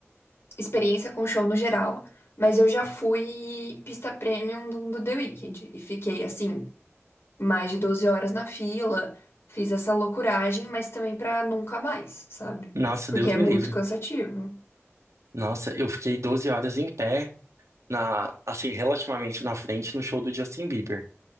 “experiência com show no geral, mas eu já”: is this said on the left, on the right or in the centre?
Left